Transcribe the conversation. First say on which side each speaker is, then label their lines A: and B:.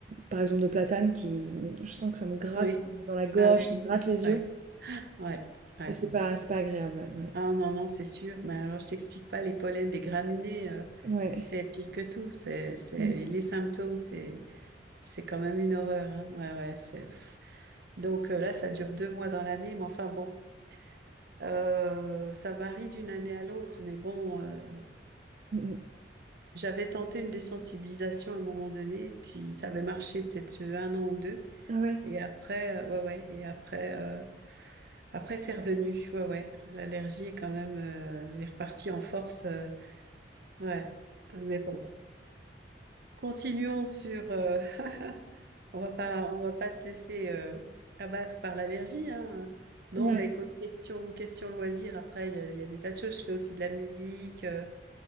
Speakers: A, on the right; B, on the right.
A: par exemple, de platanes qui, mmh, je sens que ça me gratte
B: Oui.
A: dans dans la gorge,
B: Ah oui,
A: ça
B: oui.
A: me gratte les
B: Ouais,
A: yeux
B: ouais, ouais.
A: et c'est pas c'est pas agréable, ouais, ouais.
B: Ah non, non, c'est sûr. Mais alors, je t'explique pas, les pollens des graminées, euh,
A: Ouais.
B: c'est pire que tout. C'est, c'est,
A: Mmh
B: les symptômes, c'est, c'est quand même une horreur. hein. Ouais, ouais, c'est... pff. Donc euh, là, ça dure deux mois dans l'année, mais enfin bon. Euh, ça varie d'une année à l'autre, mais bon. euh,
A: mh.
B: J'avais tenté une désensibilisation à un moment donné, et puis ça avait marché peut-être un an ou deux.
A: Ah ouais?
B: Et après, euh, ouais, ouais, et après, euh, après c'est revenu. Ouais, ouais, l'allergie est quand même euh, est repartie en force. euh, ouais, mais bon, continuons sur. euh, <laughs> on va pas, on va pas se laisser euh, abattre par l'allergie, hein. Non,
A: Ouais.
B: mais écoute, question, question loisir. Après, il y a, il y a des tas de choses. Je fais aussi de la musique. euh,